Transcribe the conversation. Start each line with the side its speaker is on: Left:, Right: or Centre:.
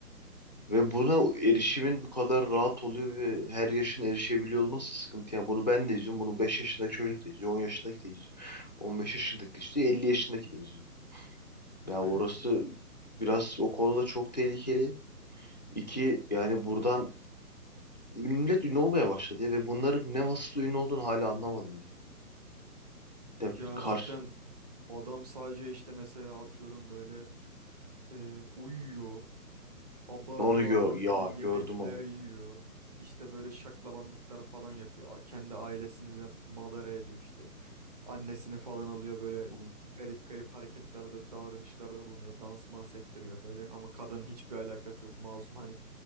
Left: Ve buna erişimin bu kadar rahat oluyor ve her yaşın erişebiliyor olması sıkıntı. Yani bunu ben de izliyorum. Bunu 5 yaşındaki çocuk da izliyor. on yaşındaki de izliyor. on beş yaşındaki de izliyor. elli yaşındaki de izliyor. Yani orası
Right: Evet.
Left: biraz o konuda çok tehlikeli. İki yani buradan millet ünlü olmaya başladı ya ve bunların ne vasıflı ünlü olduğunu hala anlamadım ben. De
Right: Ya
Left: karşı
Right: cidden adam sadece işte mesela atıyorum böyle e, uyuyor. Abartılı
Left: onu gör
Right: abartılı
Left: ya
Right: yemekler
Left: gördüm onu.
Right: yiyor. İşte böyle şaklabanlıklar falan yapıyor. A- Kendi ailesini de madara ediyor işte. Annesini falan alıyor böyle
Left: Hı.
Right: garip garip hareketlerde, davranışlarda bulunuyor. Dans mans ettiriyor böyle ama kadının hiçbir alakası yok masum hani